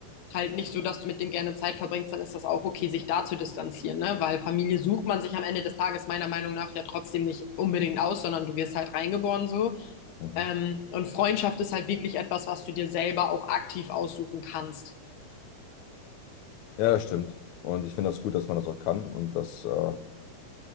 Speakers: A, on the left; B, on the left.
A: halt nicht so, dass du mit dem gerne Zeit verbringst, dann ist das auch okay, sich da zu distanzieren, ne? Weil Familie sucht man sich am Ende des Tages meiner Meinung nach ja trotzdem nicht unbedingt aus, sondern du wirst halt reingeboren so.
B: Mhm.
A: Ähm, und Freundschaft ist halt wirklich etwas, was du dir selber auch aktiv aussuchen kannst.
B: Ja, das stimmt. Und ich finde das gut, dass man das auch kann. Und das, äh,